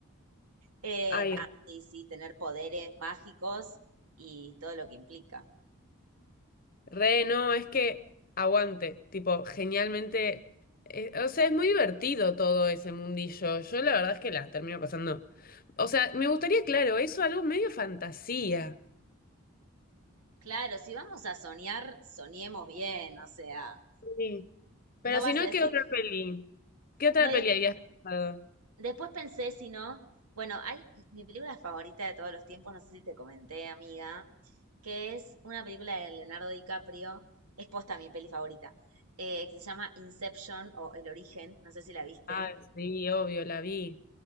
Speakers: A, on the right; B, on the left.
A: Eh,
B: ay,
A: nada, sí, sí, tener poderes mágicos y todo lo que implica.
B: re, no, es que aguante, tipo, genialmente, eh, o sea, es muy divertido todo ese mundillo. Yo la verdad es que la termino pasando. O sea, me gustaría, claro, eso algo medio fantasía.
A: Claro, si vamos a soñar, soñemos bien, o sea,
B: Sí.
A: no
B: Pero
A: vas
B: si no,
A: a decir
B: ¿qué otra peli? ¿Qué otra
A: No, y
B: peli
A: des-
B: habías pensado?
A: después pensé, si no, bueno, hay mi película favorita de todos los tiempos, no sé si te comenté, amiga, que es una película de Leonardo DiCaprio, es posta mi peli favorita, eh, que se llama Inception o El Origen, no sé si la viste.
B: Ah, sí, obvio, la vi.